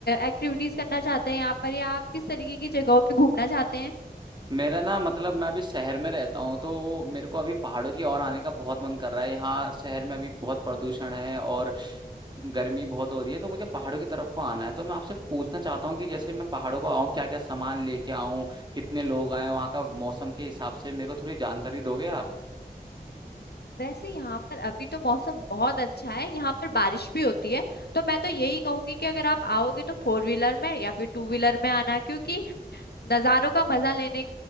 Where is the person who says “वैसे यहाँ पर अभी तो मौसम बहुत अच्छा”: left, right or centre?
Left